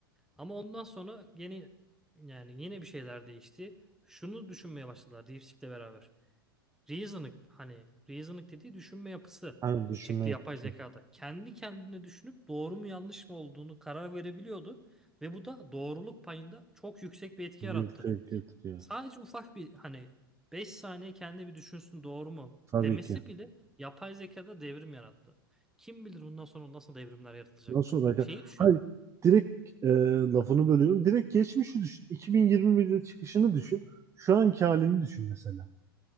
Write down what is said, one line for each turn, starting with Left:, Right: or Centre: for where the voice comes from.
Centre: Ama ondan sonra yeni yani yine bir şeyler değişti. Şunu düşünmeye başladılar DeepSeek'le beraber. Reasoning hani reasoning dediği düşünme yapısı
Right: Hani düşünme
Centre: çıktı
Right: yapısı
Centre: yapay zekada. Kendi kendine düşünüp doğru mu yanlış mı olduğunu karar verebiliyordu ve bu da doğruluk payında çok yüksek bir etki
Right: yüksek
Centre: yarattı.
Right: etki.
Centre: Sadece ufak bir hani 5 saniye kendi bir düşünsün doğru mu
Right: Tabii
Centre: demesi
Right: ki.
Centre: bile yapay zekada devrim yarattı. Kim bilir bundan sonra nasıl devrimler yaratacak.
Right: Nasıl olacak?
Centre: Şeyi
Right: Hayır.
Centre: düşün.
Right: Direkt e, lafını bölüyorum. Direkt geçmişi düşün. 2021'de çıkışını düşün. Şu anki halini düşün mesela.